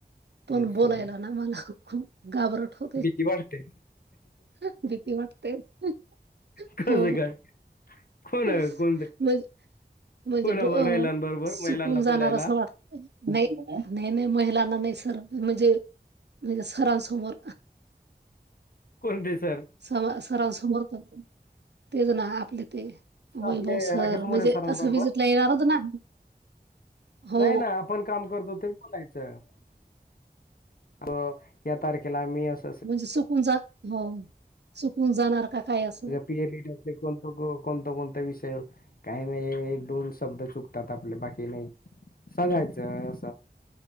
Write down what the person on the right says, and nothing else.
पण
बोलायला ना मला खूप घाबरट होते.
हं भीती वाटते हं हं
हो.
अ
म
म्हणजे
ब
सुकून
जाणार
असं वाटत नाही नाही नाही महिलांना नाही सर म्हणजे मजे सरांसमोर.
समर सरान समोर नको तेच ना आपले ते
वैभव सर
म्हणजे
असं विजिटला येणार होत ना. हो
म्हणजे सुकून जा हो सुकून जाणार का काय असं